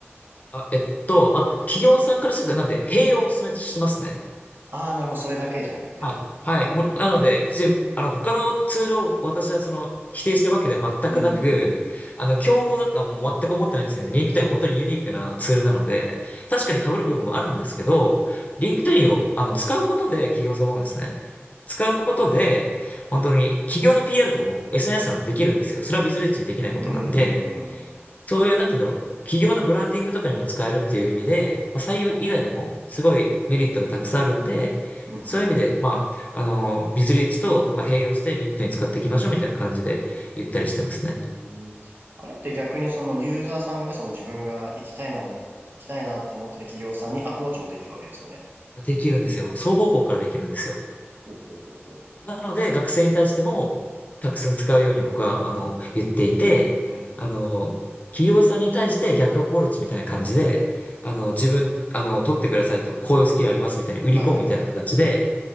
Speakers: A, on the left (about 35°); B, on the right (about 50°).
A: あ、えっと、あ、企業さんからすると、なんで、併用をお勧めしてますね。
B: ああ、なるほど、それだけじゃなくてってことですね。
A: はい。はい。
B: ああ、うん、
A: もう、なので、別に、あの、他のツールを私は、その、否定してるわけでは全くなく、
B: うん、
A: あの、競合だとはもう全く思ってないんですけど、リンクトインは本当にユニークなツールなので、確かに被る部分もあるんですけど、リンクトインを、あの、使うことで、企業様もですね、使うことで、本当に、企業の PR とかも SNS なのでできるんですよ。それはビズレッジにできないことなんで、
B: うん。
A: そういう、なんて言うんだろう。企業のブランディングとかにも使えるっていう意味で、まあ、採用以外でもすごいメリットがたくさんあるんで、
B: ほうほうほうほううんうん
A: そういう意味で、まあ、あの、ビズリーチと、まあ、併用してリンクトイン使っていきましょうみたいな感じで言ったりしてますね。
B: うんうんあれって逆にそのユーザーさんがその自分が行きたいな思っ、行きたいなって思ってる企業さんにアプローチもできるわけですよね。
A: できるんですよ。双方向からできるんですよ。
B: うんほうほうほうほう。
A: なので、学生に対しても、たくさん使うように僕は、あの、言っていて、
B: うん、うん、
A: あの、
B: う
A: 企業さんに対して逆アプローチみたいな感じで、あの、
B: ん。うん
A: 自分、あの、取ってくださいと、こういうスキルありますみたいに売り込むみたいな形で、
B: はいはいはい。